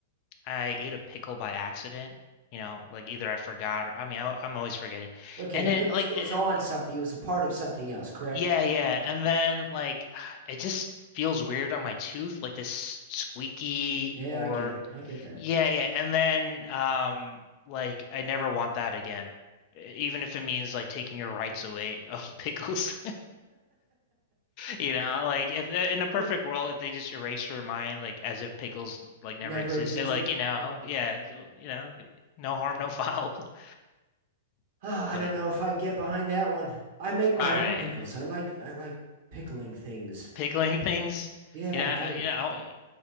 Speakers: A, on the left; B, on the right.
A: I ate a pickle by accident. You know, like either I forgot or I mean, I, I'm always forgetting.
B: Okay,
A: And
B: it
A: then
B: was
A: like,
B: it
A: it,
B: was on
A: it- like,
B: something. It was a part of something else, correct?
A: yeah, yeah.
B: Yeah,
A: And then
B: okay.
A: like, <sighs> it just feels weird on my tooth, like this squeaky
B: Yeah,
A: or
B: I get it. I get that.
A: yeah, yeah. And then um, like I never want that again, even if it means like taking your rights away of <laughs> pickles. You know, like if uh, in a perfect
B: Yeah.
A: world, if they just erased your mind, like as if pickles like
B: Never
A: never existed,
B: existed.
A: like you know,
B: Yeah.
A: yeah, so, you know, no harm, no foul. <laughs>
B: Oh, I
A: But
B: don't know if I can get behind that one. I make my
A: all
B: own
A: right,
B: pickles. I like I like pickling things.
A: pickling things,
B: Yeah,
A: you know,
B: I
A: I-
B: do.
A: you know, I,